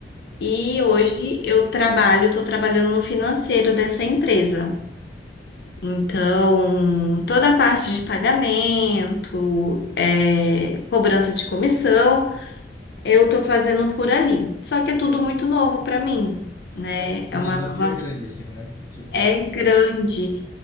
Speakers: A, on the left; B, on the left.
A: E
B: Ah,
A: hoje eu trabalho, estou trabalhando no financeiro dessa empresa. Então, toda a parte de pagamento, é, cobrança de comissão. Eu tô fazendo por ali. Só que é tudo muito novo para mim, né?
B: é, o
A: É
B: desafio
A: uma nova.
B: é grande, assim, né? Suponho.
A: É grande.